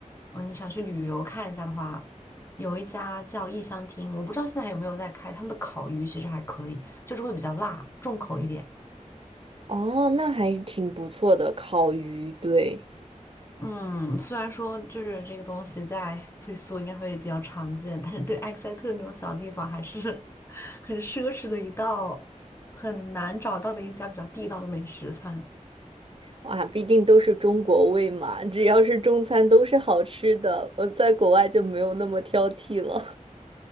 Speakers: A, on the left; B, on the right.
A: 嗯，你想去旅游看一下的话，有一家叫异乡厅，我不知道现在还有没有在开，他们的烤鱼其实还可以，就是会比较辣，重口一点。
B: 哦，那还挺不错的，烤鱼，对，
A: 嗯，虽然说就是这个东西在菲苏应该会比较常见，但是对埃克塞特那种小地方还是 <laughs> 很奢侈的一道，很难找到的一家比较地道的美食餐。
B: 哇，毕竟都是中国胃嘛，只要是中餐都是好吃的，我在国外就没有那么挑剔了。